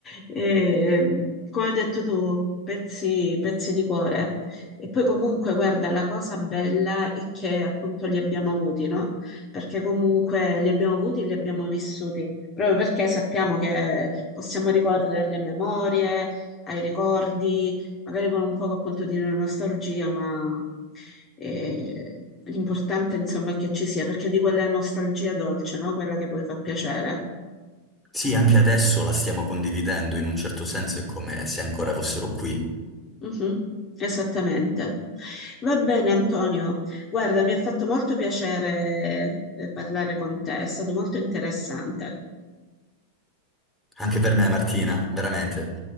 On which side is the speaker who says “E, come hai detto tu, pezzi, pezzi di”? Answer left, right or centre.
Left